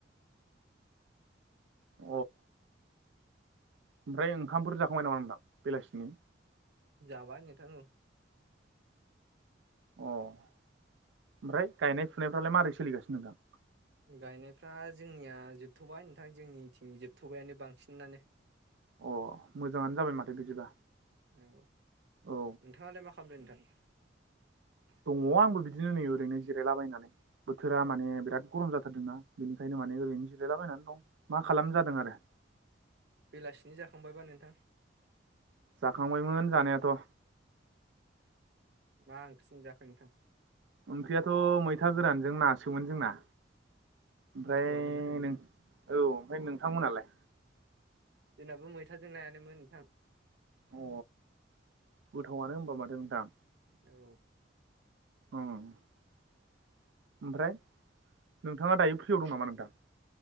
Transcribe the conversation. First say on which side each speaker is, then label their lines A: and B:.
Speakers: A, on the right (about 80°); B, on the right (about 65°).
A: अ ओमफ्राय ओंखामफोरुर जाखांबाय नामा नोंना बेलासिनि?
B: जाबाय नोंथां उ
A: अ ओमफ्राय गायनाय फुनायफ्रालाय माबारै सोलिगासिनो नोंथां?
B: गायनायफ्रा जोंनिया जोबथ'बाय नोंथां जोंनिथिं जोबथ'बायानो बांसिनानो।
A: अ मोजाङानो जाबाय माथो बिदिबा
B: औ नोंथाङालाय
A: औ
B: मा खालामदों नोंथां?
A: दङ आंबो बिदिनो नै ओरैनो जिरायलाबायनानै। बोथोरा माने बिराद गरम जाथारदोंना बेनिखायनो माने ओरैनो जिरायलाबायनानै दं मा खालामनो जादों आरो
B: बेलासिनि जाखांबायबा नोंथां?
A: जाखांबायमोन जानायाथ'
B: मा ओंख्रि मोनजाखो नोंथां?
A: ओंख्रियाथ' मैथा गोरानजों नासोमोन जोंना। ओमफ्राय
B: गोथावानो माथो नोंथां
A: नों औ ओमफ्राय नोंथांमोनालाय?
B: जोंनाबो मैथाजों नायानो नोंथां।
A: अ गोथावानो होनबा माथो नोंथां
B: औ
A: ओं ओमफ्राय नोंथाङा दायो फ्रियाव दं नामा नोंथां?